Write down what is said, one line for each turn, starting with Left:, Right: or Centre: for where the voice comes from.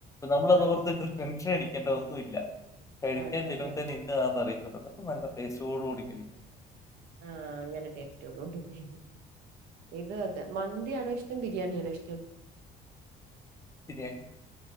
Left: നമ്മള് അത്പോൽതെന്നെ
Right: ആഹ്
Left: ടെൻഷൻ അടിക്കേണ്ടത് ഒന്നുംഇല്ല കഴിക്കാൻ
Right: ആഹ് ആഹ്
Left: ചെന്നൊട്ത്തെന്നെ
Right: ആഹ്
Left: ഇന്നതാന്ന് അറിയത്തൊള്ളു എന്ന ഇപ്പ നല്ല ടെസ്റ്റോട് കൂടി കഴിക്കാം
Right: ആഹ് അങ്ങനെ ടേസ്റ്റാേട് കൂടി കഴിക്കാം ഇത് അതെ മന്തിയാണോ ഇഷ്ടം ബിരിയാണിയാണോ ഇഷ്ടം
Left: ബിരിയാണി